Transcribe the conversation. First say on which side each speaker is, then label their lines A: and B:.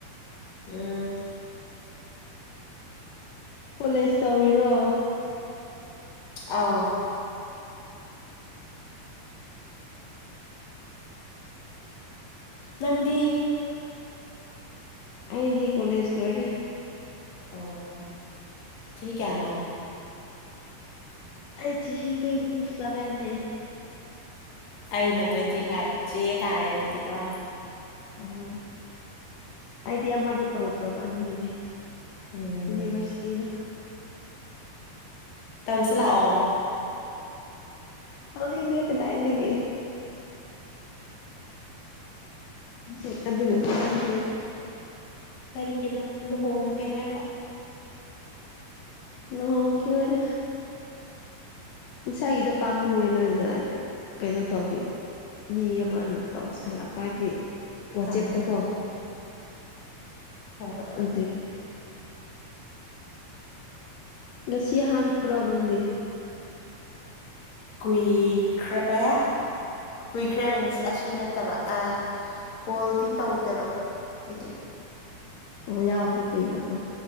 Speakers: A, on the left (about 50°); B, on the left (about 75°).
A: ꯎꯝ
B: ꯀꯣꯂꯦꯖ ꯇꯧꯔꯤꯔꯣ
A: ꯑꯧ ꯅꯪꯗꯤ
B: ꯑꯩꯗꯤ ꯀꯣꯂꯦꯖ ꯂꯣꯏꯔꯦ
A: ꯑꯣ ꯆꯍꯤ ꯀꯌꯥꯅꯣ
B: ꯑꯩ ꯆꯤꯍꯤ ꯇ꯭ꯋꯦꯟꯇꯤ ꯁꯕꯦꯟꯅꯦ
A: ꯑꯩꯅ ꯇ꯭ꯋꯦꯟꯇꯤ ꯐꯥꯏꯐ ꯆꯦ ꯇꯥꯔꯦ ꯑꯗꯨꯗꯤꯀꯣ
B: ꯍꯣꯏ ꯑꯩꯗꯤ ꯑꯃꯗꯣ ꯇꯧꯗ꯭ꯔꯕ ꯑꯗꯨꯒꯤꯅꯦ
A: ꯎꯝ
B: ꯌꯨꯅꯤꯚꯔꯁꯤꯇꯤꯗꯣ
A: ꯇꯧꯁꯤ ꯂꯥꯛꯑꯣ
B: ꯇꯧꯅꯤꯡꯗ꯭ꯔꯦ ꯀꯗꯥꯏꯗꯒꯤ ꯍꯧꯖꯤꯛ ꯑꯗꯨꯒ ꯑꯃ ꯆꯪꯗ꯭ꯔꯦꯗꯥ
A: ꯀꯔꯤꯒꯤꯅꯣ ꯂꯨꯍꯣꯡꯉꯒꯦ ꯍꯥꯏꯔꯣ
B: ꯂꯨꯍꯣꯡꯈꯤꯔꯣꯏꯗ
A: <inaudible>
B: ꯏꯁꯥꯒꯤꯗꯣ ꯄꯥꯝꯃꯨꯋꯦ ꯅꯣꯏꯅ ꯀꯩꯅꯣ ꯇꯧꯈꯤꯕ ꯃꯤ ꯑꯃꯅ ꯇꯧꯁꯜꯂꯛꯄ ꯍꯥꯏꯕꯗꯤ ꯋꯥꯆꯦꯞꯇ
A: ꯑꯥ
B: ꯀꯣ
A: ꯍꯣꯏ
B: ꯑꯗꯨꯒꯤ ꯉꯁꯤ ꯑꯍꯥꯟꯕꯔꯣ ꯅꯪꯗꯤ
A: ꯀꯨꯏꯈ꯭ꯔꯦ ꯀꯨꯏꯈ꯭ꯔꯦ ꯃꯤꯟꯁ ꯑꯁꯤ ꯅꯠꯇꯕ ꯑ ꯀꯣꯜꯗꯤ ꯇꯧꯗꯦꯕ ꯑꯩꯗꯤ
B: ꯑꯣ ꯌꯥꯎꯕꯗꯤ ꯀꯨꯏꯕ ꯀꯣ